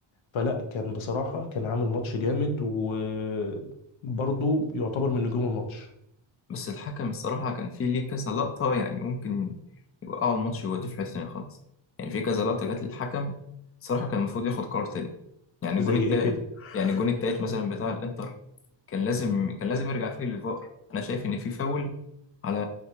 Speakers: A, on the left; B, on the left.
A: فلا كان بصراحة كان عامل ماتش جامد وبرضه يعتبر من نجوم الماتش
B: بس الحكم الصراحة كان في ليه كذا لقطة يعني ممكن يوقعوا الماتش ويوديه في حتة تانية خالص يعني في كذا لقطة جت للحكم الصراحة كان المفروض ياخد قرار تاني يعني
A: زي
B: الجون التالت
A: ايه كده
B: يعني الجون التالت مثلا بتاع الإنتر كان لازم كان لازم يرجع فيه للفار أنا شايف إن في فاول على